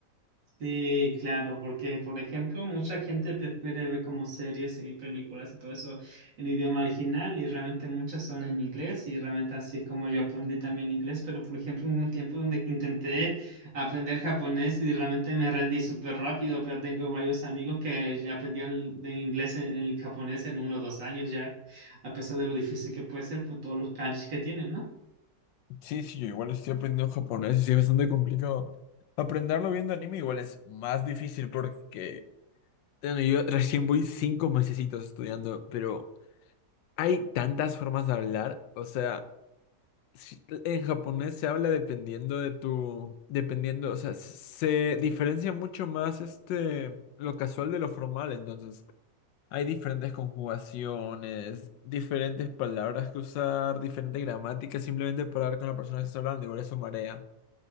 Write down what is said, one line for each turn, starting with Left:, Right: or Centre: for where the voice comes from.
Right: Sí, claro, porque por ejemplo, mucha gente prefiere ver como series y películas y todo eso en idioma original y realmente muchas son en inglés y realmente así es como yo aprendí también inglés, pero por ejemplo, hubo un tiempo donde que intenté aprender japonés y realmente me rendí súper rápido, pero tengo varios amigos que ya aprendieron el, el inglés en el japonés en uno o dos años ya, a pesar de lo difícil que puede ser por todos los kanjis que tienen, ¿no?
Left: Sí, sí, yo igual estoy aprendiendo japonés y sí, es bastante complicado. Aprenderlo viendo anime igual es más difícil porque Bueno, yo recién voy cinco mesecitos estudiando, pero hay tantas formas de hablar. O sea, si- en japonés se habla dependiendo de tu, dependiendo, o sea, se diferencia mucho más este lo casual de lo formal. Entonces, hay diferentes conjugaciones, diferentes palabras que usar, diferente gramática, simplemente para hablar con la persona que está hablando. Igual eso marea.